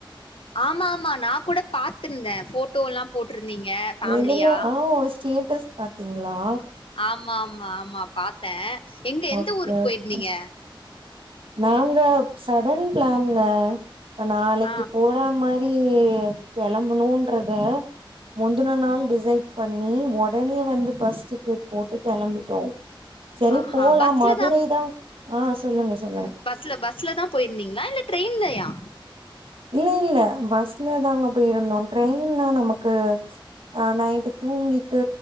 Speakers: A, on the left; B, on the right.
A: ஆமா ஆமா நா கூட பாத்திருந்தே போட்டோ எல்லா போட்டிருந்தீங்க ஃபேமிலியா
B: எதுல ஆ ஸ்டேட்டஸ் பாத்தீங்களா
A: ஆமா ஆமா ஆமா பாத்தே எங்க எந்த
B: ஓகே
A: ஊருக்கு
B: ஓகே
A: போயிருந்தீங்க
B: நாங்க சடன் பிளானுங்க நாளைக்கு
A: ஆ
B: போறாம எப்படி கெளம்பணுன்றத முந்தன நாள் டிசைட் பண்ணி ஒடனே வந்து பஸ் டிக்கெட் போட்டு கெளம்பிட்டோ செரி
A: ஆஹா
B: போலா
A: பஸ்ல
B: மதுரை தா ஆ சொல்லுங்க சொல்லு
A: ம் பஸ்ல பஸ்ல தா போயிருந்தீங்களா இல்ல ட்ரெயின்லயா
B: இல்ல இல்ல பஸ்ல தாங்க போயிருந்தோ ட்ரெயின்லா நமக்கு அ நைட்டு தூங்கிட்டு